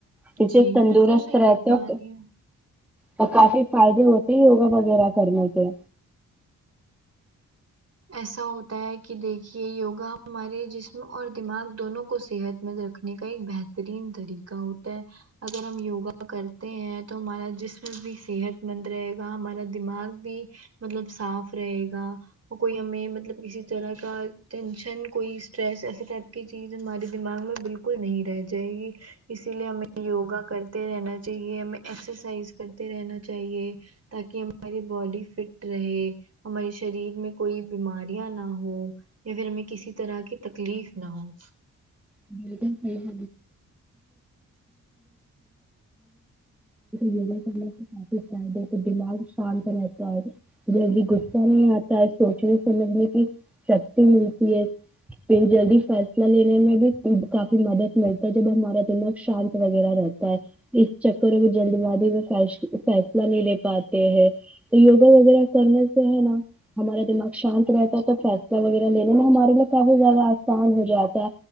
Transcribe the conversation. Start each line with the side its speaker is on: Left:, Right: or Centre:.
Centre: اس سے
Right: جی
Centre: تندرست
Right: بالکل صحیح
Centre: رہتے
Right: فرما رہی ہیں
Centre: اور کافی فائدے ہوتے ہیں یوگا وغیرہ کرنے سے
Right: ایسا ہوتا ہے کہ دیکھیے یوگا ہمارے جسم اور دماغ دونوں کو صحت مند رکھ رنے کا ایک بہترین طریقہ ہوتا ہے اگر ہم یوگا کرتے ہیں تو ہمارا جسم بھی صحت مند رہے گا ہمارا دماغ بھی مطلب صاف رہے گا کوئی ہمیں مطلب کسی طرح کا ٹینشن کوئی اسٹریس ایسے ٹائپ کی چیز ہمارے دماغ میں بالکل کل نہیں رہ جائے گی اسی لیے ہمیں یوگا کر ت رہنا چاہیے ہمیں ایکسرسائز کرتے رہنا چاہیے تاکہ ہماری باڈی فٹ رہے ہمارے شریر میں کوئی بیماریاں نہ ہو یا پھر ہمیں کسی طرح کی تکلیف نہ ہو
Centre: <unintelligible> اپنے لینے <unintelligible> یوگا کرنے سے کافی فائدے تو دماغ شانت رہتا ہے جلدہی غصہ نہیں آتا ہے سوچنے سمجھنے کی شکتی ملتی ہے پھر جلدی فیصلہ لینے میں بھی کافی مدد ملتا ہے جب ہمارا دماغ شانت وغیرہ رہتا ہے اس چکر میں جلد بازی میں ف فیصلہ نہیں لے پاتے ہیں یوگا وغیرہ کرنے سے ہے نہ ہمارا دماغ شانت رہتا ہے تو فیصلہ وغیرہ لینے میں ہمارے لیے کافی زیادہ آسان ہو جاتا ہے